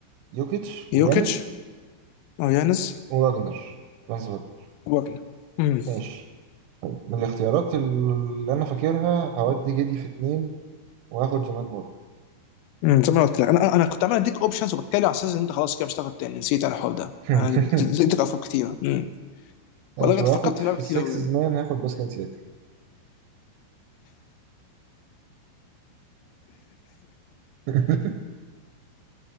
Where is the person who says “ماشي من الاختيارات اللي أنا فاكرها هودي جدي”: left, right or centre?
Right